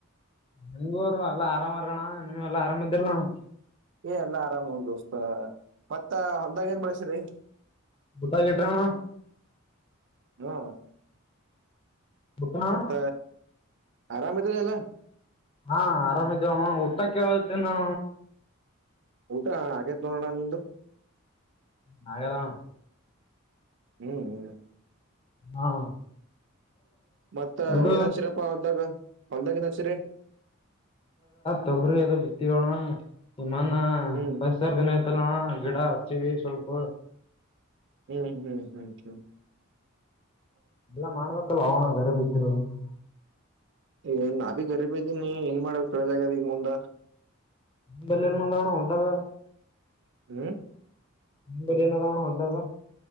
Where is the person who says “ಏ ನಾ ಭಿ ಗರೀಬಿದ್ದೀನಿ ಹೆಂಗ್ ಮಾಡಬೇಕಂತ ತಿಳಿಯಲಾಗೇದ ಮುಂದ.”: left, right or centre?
Right